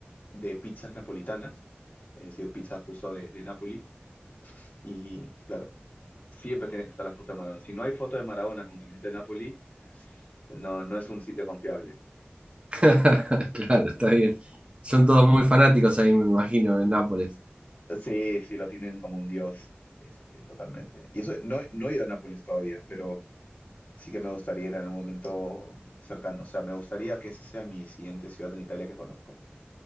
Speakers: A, on the left; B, on the right.
A: de pizzas napolitanas, es decir, pizza justo de, de Nápoli. Y claro, siempre tiene que estar la foto de Maradona. Si no hay foto de Maradona con camiseta de Napoli, no, no es un sitio confiable.
B: <laughs> Claro, está bien. Son todos muy fanáticos ahí, me imagino, en Nápoles.
A: Sí, sí, lo tienen como un dios. Sí, sí, sí, totalmente. Y eso, no, no he ido a Nápoles todavía, pero sí que me gustaría ir en algún momento cercano. O sea, me gustaría que esa sea mi siguiente ciudad en Italia que conozco.